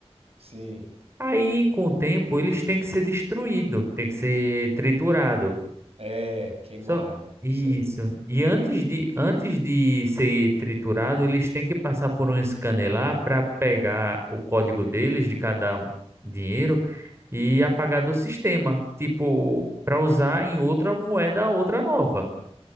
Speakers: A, on the right; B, on the right.
A: Sim.
B: Aí, com o tempo, eles têm que ser destruídos, têm que ser triturados,
A: É, queimado.
B: Só isso.
A: Isso aí.
B: E antes de, antes de ser triturado, eles têm que passar por um scanner lá para pegar o código deles de cada dinheiro e apagar do sistema, tipo, para usar em outra moeda, outra nova.